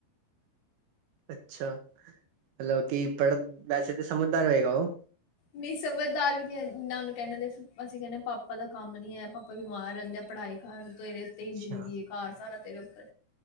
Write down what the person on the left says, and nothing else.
ਨਹੀਂ, ਸਮਝਦਾਰ ਵੀ ਨੀਂ, ਨਾ ਓਨੂੰ ਕਹਿੰਦੇ, ਅਸੀਂ ਕਹਿੰਦੇ ਪਾਪਾ ਦਾ ਕੰਮ ਨਹੀਂ ਹੈ, ਪਾਪਾ ਬਿਮਾਰ ਰਹਿੰਦੇ ਆ, ਪੜ੍ਹਾਈ। ਹੁਣ ਤੇਰੇ ਉਤੇ
ਹੀ ਜ਼ਿੰਦਗੀ ਏ, ਭਾਰ ਸਾਰਾ ਤੇਰੇ ਉਤੇ।